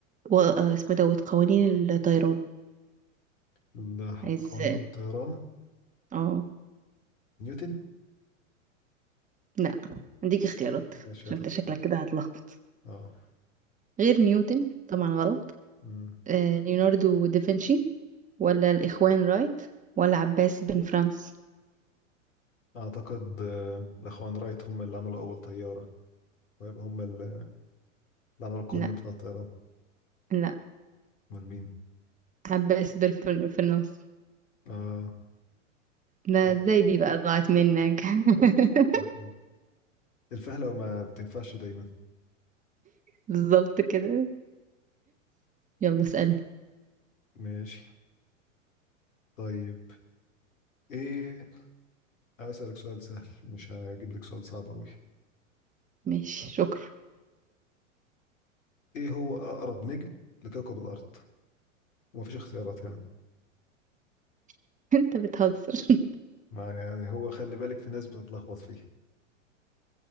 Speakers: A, on the right; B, on the left.
A: و- آه، اسمه دوت قوانين الطيران
B: اللي حط
A: عايز
B: قانون الطيران
A: اه
B: نيوتن
A: لا اديك اختيارات
B: ماشي
A: عشان
B: هتختار
A: انت شكلك كده هتلخبط
B: اه
A: غير نيوتن طبعا غلط
B: مم.
A: آه ليوناردو دافنشي ولا الاخوان رايت ولا عباس بن فرانس
B: اعتقد آه، الاخوان رايت هم اللي عملوا اول طياره ويبقى هم اللي عملوا القانون
A: لا
B: بتاع الطيران
A: لا
B: امال مين
A: عباس بن فر- فرناس
B: اه
A: لا
B: اه
A: ازاي دي بقى ضاعت منك <laughs>
B: لا الفهلة وما بتنفعش دايما
A: بالظبط كده يلا اسألني
B: ماشي طيب ايه هسألك سؤال سهل مش هجيب لك سؤال صعب قوي
A: ماشي شكرا
B: ايه هو اقرب نجم لكوكب الارض ومفيش اختيارات هنا
A: <laughs> انت بتهزر <laughs>
B: ما يعني هو خلي بالك في ناس بتتلخبط فيه